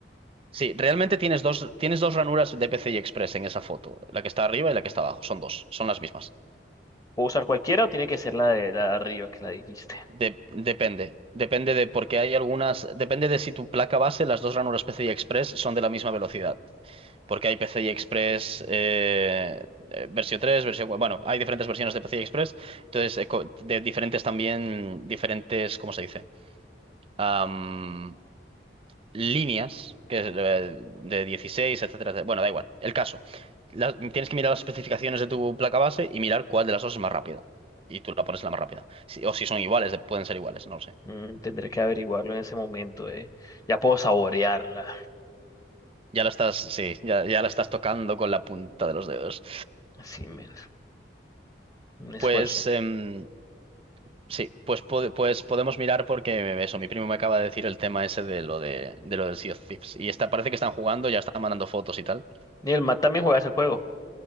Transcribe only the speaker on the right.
Sí, realmente tienes dos, tienes dos ranuras de PCI Express en esa foto, la que está arriba y la que está abajo, son dos, son las mismas.
De- depende, depende de porque hay algunas, depende de si tu placa base, las dos ranuras PCI Express son de la misma velocidad. Porque hay PCI Express eh, eh, versión 3, versión... cua- Bueno, hay diferentes versiones de PCI Express. Entonces, eh, co- de diferentes también, diferentes, ¿cómo se dice? Am, líneas que es, eh, de 16, etcétera, etcétera. Bueno, da igual. El caso. La- tienes que mirar las especificaciones de tu placa base y mirar cuál de las dos es más rápida. Y tú la pones la más rápida. Si- o si son iguales, de- pueden ser iguales, no lo sé.
Ya la estás, sí, ya, ya la estás tocando con la punta de los dedos.
Pues... em, Sí, pues, pod- pues podemos mirar porque eso, mi primo me acaba de decir el tema ese de lo de, de lo del Sea of Thieves. Y está, parece que están jugando, ya están mandando fotos y tal.